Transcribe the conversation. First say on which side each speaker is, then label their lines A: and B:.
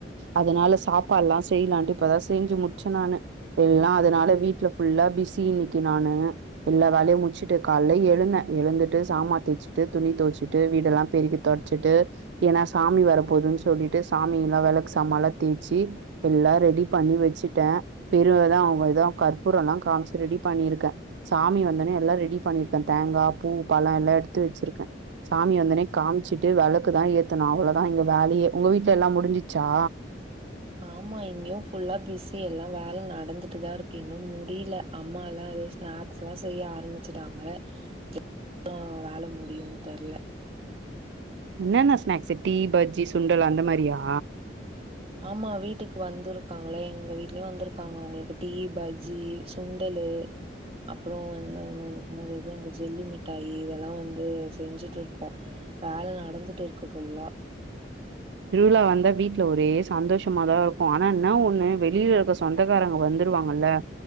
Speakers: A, on the right; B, on the right.
A: அதனால சாப்பாடுல்லா செய்லான்ட்டு இப்பதா செஞ்சு முடிச்ச நானு எல்லா அதனால வீட்டுல ஃபுல்லா பிஸி இன்னிக்கி நானு எல்லா வேலையு முட்ச்சிட்டு கால்ல எழுந்தே எழுந்துட்டு சாமதேச்சுட்டு துணி துவச்சிட்டு வீடெல்லா பெருக்கி துடச்சிட்டு ஏன்னா சாமி வர போதுன் சொல்லிட்டு சாமி எல்லா விளக் சாமல்லா தேய்ச்சி எல்லா ரெடி பண்ணி வச்சுட்டே பெருவுதா அவங்க ஏதோ கற்பூர எல்லா காமிச்சு ரெடி பண்ணிருக்கே சாமி வந்தனே எல்லா ரெடி பண்ணிருக்கே தேங்கா பூ பழ எல்லா எடுத்து வச்சிருக்கே சாமி வந்தோனே காம்ச்சிட்டு விளக்குதா ஏத்தனு அவ்ளோதா இங்க வேலையே உங்க வீட்டுல எல்லா முடிஞ்சிச்சா
B: ஆமா இங்கேயு ஃபுல்லா பிஸ்ஸி எல்லா வேல நடந்துட்டு தா இருக்கு இன்னு முடில அம்மாலா ஸ்நாக்ஸ்லா செய்ய ஆரம்பிச்சுட்டாங்க இன்னு வேல முடியுன் தெர்ல
A: என்னன்ன ஸ்நாக்ஸ்சு டீ பஜ்ஜி சுண்டல் அந்த மாரியா
B: ஆமா வீட்டுக்கு வந்துருக்காங்களே எங்க வீடலயு வந்துருக்காங்க அவுங்களுக்கு டீ பஜ்ஜி சுண்டலு அப்றோ வந்து இந்த என்னது அந்த ஜெல்லி மிட்டாயி இதெல்லா வந்து செஞ்சுட்டு இருக்கு வேல நடந்துட்டு இருக்கு ஃபுல்லா
A: திருவிழா வந்தா வீட்ல ஒரே சந்தோஷமாதா இருக்கு ஆனா என்ன ஒண்ணு வெளில இருக்க சொந் சொந்தக்காரங்க வந்துருவாங்கல்ல